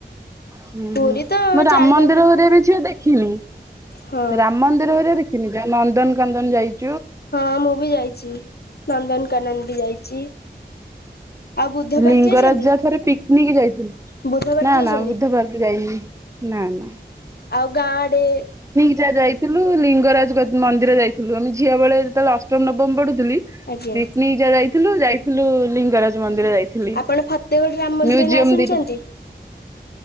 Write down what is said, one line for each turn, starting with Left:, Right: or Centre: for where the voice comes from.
Right: ହୁଁ
Left: ପୁରୀ
Right: ହୁଁ
Left: ତ
Right: ମୋ ରାମ
Left: ଚାରିଧାମ
Right: ମନ୍ଦିର
Left: ଭିତ
Right: ହେରିକା ବି ଝିଅ ଦେଖିନି।
Left: ହଁ
Right: ରାମ ମନ୍ଦିର ହେରିକା ଦେଖିନି ଯା ନନ୍ଦନ କାନ୍ଦନ ଯାଇଛି।
Left: ହଁ ମୁଁ ବି ଯାଇଛି ନନ୍ଦନକାନନ ବି ଯାଇଛି। ଆଉ ବୁଦ୍ଧ
Right: ଲିଙ୍ଗରାଜା
Left: ପାର୍କ ଯାଇଛନ୍ତି?
Right: ଯା ଥରେ ପି ନେଇକି ଯାଇଥିଲୁ
Left: ବୁଦ୍ଧ ପାର୍କ
Right: ନା
Left: ଯାଇଛନ୍ତି?
Right: ନା ବୁଧବାରକୁ ଯାଇନି ନା ନା
Left: ଆଉ ଗାଁ ଆଡେ
Right: ଯାହା ଯାଇଥିଲୁ ଲିଙ୍ଗରାଜ ମନ୍ଦିର ଯାଇଥିଲୁ ଆମେ ଝିଅ ବେଳେ ଯେତେବେଳେ ଅଷ୍ଟମ ନବମୀ ପଢୁଥୁଲୁ ଥିଲି
Left: ଆଜ୍ଞା
Right: ପିକନିକ ଯା ଯାଇଥିଲୁ ଯାଇଥିଲୁ ଲିଙ୍ଗରାଜ ମନ୍ଦିର। ଯାଇଥିଲି
Left: ଆପଣ ଫତେଗଡ ରାମ ମନ୍ଦିର
Right: ମିଉଜ୍ୟମ୍
Left: ନାଁ ଶୁଣିଛନ୍ତି?
Right: ଦିଟା